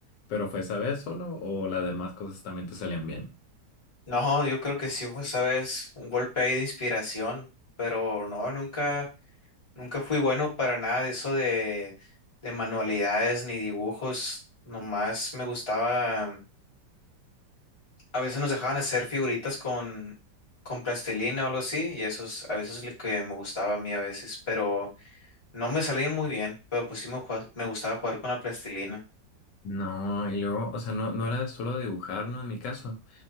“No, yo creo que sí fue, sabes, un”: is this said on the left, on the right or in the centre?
Left